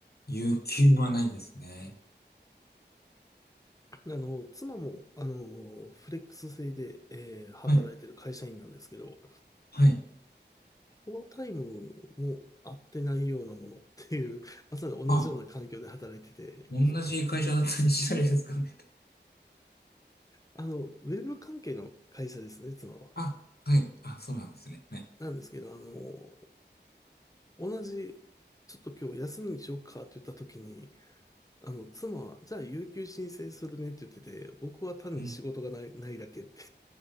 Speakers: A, on the left; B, on the left.
A: 有給はないですね。
B: あの、妻も、あの、フレックス制で、えー働いてる会社員なんですけど、
A: はい。はい。
B: コアタイムも合ってないようなものっていう、<laughs> まさに同じような環境で働いてて、
A: あ、同じ会社だったりしないですかね。
B: あの、ウェブ関係の会社ですね、妻は。
A: あ、はい。あ、そうなんですね。はい。
B: なんですけど、あの、同じ、ちょっと今日休みにしようかって言った時に、あの、妻は、じゃあ、有給申請するねって言ってて、僕は単に仕事がない、
A: うん。
B: ないだけって